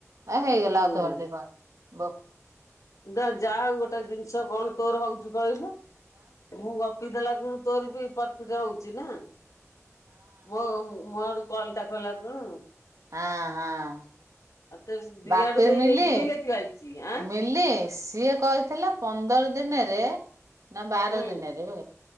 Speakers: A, on the right (about 75°); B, on the left (about 80°).
A: ଏ ହେଇଗଲା
B: ହୁଁ
A: ଅଧ ବାଲ୍ଟି ପାଣି। ବ
B: ଯା ଗୋଟେ ଜିନିଷ କଣ ତୋର ହଉଛି କହିଲୁ। ମୁଁ ଗପି ଦେଲାକୁଣି ତୋର ବି ପରଫୀଟ୍ ହଉଛି ନା। ମୋ ମୋ ଆଡୁ କଲ ଟା କଲା କୁଣୁ
A: ହାଁ ହାଁ।
B: ତୋର ଦିଆଡୁ
A: ବାପେ
B: ଦେଇ
A: ମିଲି
B: ହେଇଛି ବୋଲି ଏତିକି ଆଇଛି ଆଁ
A: ମିଲି ସିଏ କହିଥିଲା ପନ୍ଦ ପନ୍ଦର ଦିନରେ ନା ବାର
B: ହୁଁ
A: ଦିନରେ